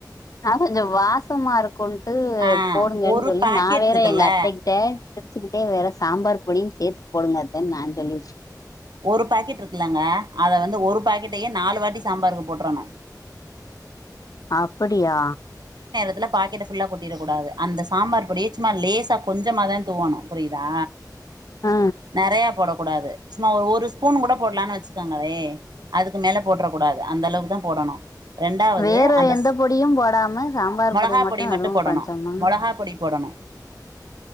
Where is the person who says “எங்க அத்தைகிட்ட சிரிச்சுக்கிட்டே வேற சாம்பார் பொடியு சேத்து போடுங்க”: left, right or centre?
Left